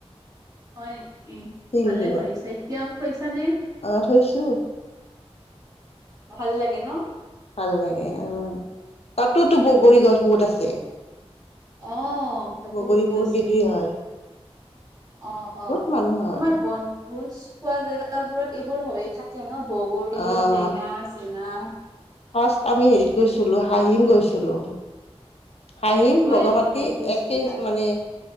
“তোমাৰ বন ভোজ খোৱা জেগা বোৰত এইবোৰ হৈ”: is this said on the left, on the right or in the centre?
Right